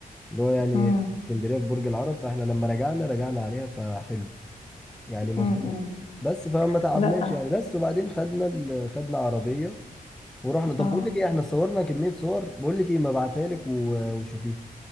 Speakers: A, in the centre; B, on the left (about 45°).
A: اللي هو يعني
B: مم.
A: اسكندرية في برج العرب فاحنا لما رجعنا رجعنا عليها فحلو يعني مظبوط
B: مم.
A: بس فما تعبناش
B: لا
A: يعني بس وبعدين خدنا ال... خدنا عربية ورحنا طب
B: اه
A: بقول لك ايه احنا صورنا كمية صور بقول لك ايه ما ابعتها لك و... وشوفيها